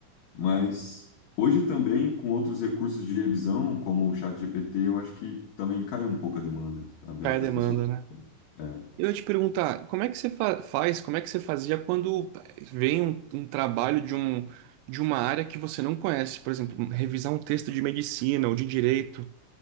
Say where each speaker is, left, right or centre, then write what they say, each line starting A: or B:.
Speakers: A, on the left (about 85°); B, on the right (about 90°).
A: Mas hoje também, com outros recursos de revisão, como o ChatGPT, eu acho que também caiu um pouco a demanda, sabe?
B: Cai
A: acho que
B: a demanda,
A: as pessoas.
B: né?
A: É.
B: Eu ia te perguntar, como é que você fa- faz, como é que você fazia quando vem um, um trabalho de, um, de uma área que você não conhece? Por exemplo, revisar um texto de medicina ou de direito.